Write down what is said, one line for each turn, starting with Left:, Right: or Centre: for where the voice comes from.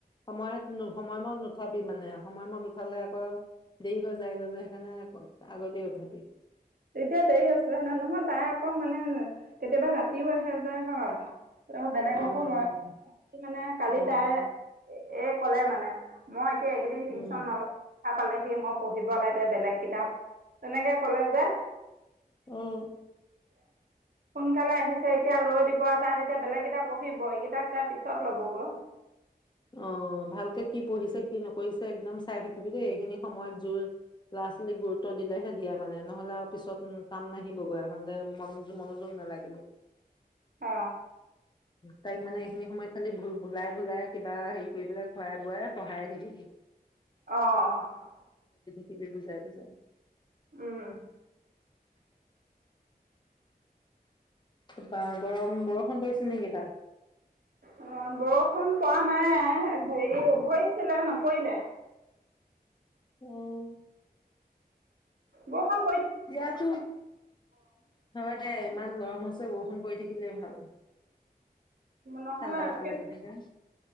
Left: সময়ত সময় মই উঠাবি মানে সময়মত উঠালে আকৌ দেৰি হৈ যায়গৈ যে সেইকাৰণে আগতে উঠাবি
Right: এতিয়া দেৰি আছেে ন নহয় তাই আকৌ মানে কেতিয়াবা ৰাতিও আহে যে হয় বেলেগকো
Left: অ',
Right: লয়
Left: অ',
Right: মানে কালি
Left: অ',
Right: তাই এ ক'লে মানে মই এইকেইদিন
Left: উম,
Right: টিউচন নলয় দো পালেহি মই পঢ়িব লাগে বেলেগ কিতাপ তেনেকে কলৈ যায়
Left: উম
Right: সোনকালে আহিছে এতিয়া লৈ দিব তাৰ তেতিয়া বেলেগ কিতাপ পঢ়িব এইকেইতাক তাৰ পিছত ল'ব গৈ
Left: অ ভালকে কি পঢ়িছে কি নকৰিছে একদম চাই থাকিবি দেই এইখিনি সময়ত জোৰ ল'ৰা ছোৱালীক গুৰুত্ব দিলেহে দিয়া মানে নহলে আৰু পিছত কাম নাহিবগৈ এখনতে মনযোগ মনোযোগ নালাগিব
Right: অ
Left: তাইক মানে এইখিনি সময়ত খালি ভোলাই ভোলাই কিবা হেৰি কৰি পেলাই খুৱাই বোৱাই পঢ়াই থাকিবি
Right: অহ - অহ।
Left: কিবিধ বুজাই - বুজাই।
Right: উম,
Left: থোপা গৰম বৰষুণ পৰিছিল নেকি তাত?
Right: অহ, বৰষুণ পোৱা নাই হেৰি ধৰিছিলে নপৰিলে।
Left: উম,
Right: বৰখন
Left: ইয়াতো হয় দে। ইমান গৰম হৈছে বৰষুণ পৰি থাকিলে ভাল।
Right: নহ'লে
Left: ঠাণ্ডা এটা
Right: একে
Left: লাগি থাকে।